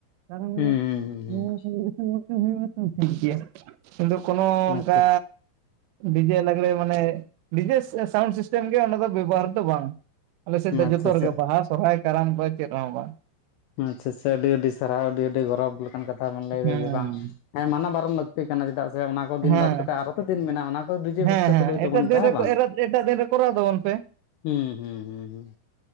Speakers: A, on the right (about 90°); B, on the left (about 80°).
A: ᱛᱟᱨ ᱢᱟᱱᱮ
B: ᱦᱩᱸ ᱦᱩᱸ ᱦᱩᱸ ᱦᱩᱸ.
A: <unintelligible> ᱦᱩᱭ ᱴᱷᱤᱠ ᱜᱮᱭᱟ᱾ <inaudible> ᱠᱤᱱᱛᱩ ᱠᱚᱱᱚ ᱚᱱᱠᱟ
B: ᱟᱪᱪᱷᱟ ᱟᱪᱪᱷᱟ
A: ᱰᱤᱡᱮ ᱞᱟᱜᱽᱲᱮ ᱢᱟᱱᱮ, ᱰᱤᱡᱮ ᱥᱟᱣᱩᱱᱰ ᱥᱤᱥᱴᱮᱢ ᱜᱮ, ᱚᱸᱰᱮ ᱫᱚ ᱵᱮᱵᱚᱦᱟᱨ ᱫᱚ ᱵᱟᱝ ᱟᱞᱮᱥᱮᱫ ᱫᱚ
B: ᱟᱪᱪᱷᱟ
A: ᱡᱚᱛᱚ ᱨᱮᱜᱮ ᱵᱟᱦᱟ ᱥᱚᱨᱦᱟᱭ, ᱠᱟᱨᱟᱢ ᱠᱚ ᱪᱮᱫ ᱨᱮᱦᱚᱸ ᱵᱟᱝ᱾
B: ᱟᱪᱪᱷᱟ ᱟᱪᱪᱷᱟ ᱟᱹᱰᱤ ᱟᱹᱰᱤ ᱥᱟᱨᱦᱟᱣ ᱟᱹᱰᱤ ᱟᱹᱰᱤ ᱜᱚᱨᱚᱵᱽ ᱞᱮᱠᱟᱱ ᱠᱟᱛᱷᱟ ᱵᱮᱱ ᱞᱟᱹᱭᱫᱟ
A: ᱦᱮᱸ
B: ᱡᱮ ᱵᱟᱝ ᱢᱟᱱᱟ ᱵᱟᱨᱚᱱ ᱞᱟᱹᱠ ᱛᱤ ᱠᱟᱱᱟ ᱪᱮᱫᱟᱜ ᱥᱮ ᱚᱱᱟ ᱠᱚ ᱫᱤᱱ
A: ᱦᱮᱸ
B: ᱵᱟᱫ ᱠᱟᱛᱮᱫ ᱟᱨᱚ ᱛᱚ ᱫᱤᱱ ᱢᱮᱱᱟᱜᱼᱟ ᱚᱱᱟ ᱠᱚ ᱰᱤᱡᱮ
A: ᱦᱮᱸ
B: ᱵᱚᱠᱥᱚ
A: ᱦᱮᱸ
B: ᱪᱟᱹᱞᱩᱭ ᱛᱟᱵᱩᱱ
A: ᱮᱴᱟᱜ ᱫᱤᱱ
B: ᱯᱮ ᱦᱮᱸ ᱵᱟᱝ?
A: ᱨᱮ ᱮᱴᱟᱜ ᱫᱤᱱ ᱨᱮ ᱠᱚᱨᱟᱣ ᱛᱟᱵᱚᱱ ᱯᱮ
B: ᱦᱩᱸ ᱦᱩᱸ ᱦᱩᱸ ᱦᱩᱸ